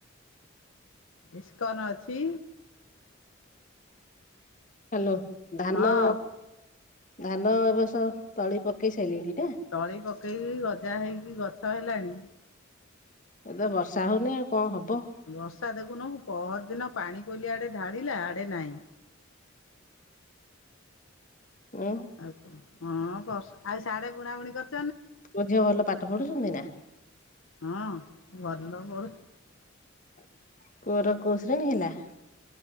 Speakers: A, on the left; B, on the left.
A: ଇସ୍କନ୍ ଅଛି।
B: ହାଲୋ ଧାନ।
A: ହଁ
B: ଧାନ ଏବସ ତଳି ପକେଇ ସାଇଲିଣି।
A: ତଳି ପକେଇକି ଗଜା ହେଇକି ଗଛ ହେଲାଣି।
B: ଏବେ ବର୍ଷା ହଉନି ଆଉ କଣ ହବ
A: ବର୍ଷା ଦେଖୁନୁ ପହର ଦିନ ପାଣି ବୋଲି ଆଡେ ଢାଣିଲା ଆଡେ ନାଇଁ।
B: ଓ।
A: ଆଉକଁ ହଁ ବର୍ ଆଉ ସାଡେ ବୁଣା ବୁଣି କରି
B: ମୋ ଝିଅ ଭଲ ପାଠ ପଢୁଛନ୍ତି ନା?
A: ହଁ ଭଲଲ ପଡୁଚି।
B: <inaudible> ପୁଅର କୋଉ ଶ୍ରେଣୀ ହେଲା?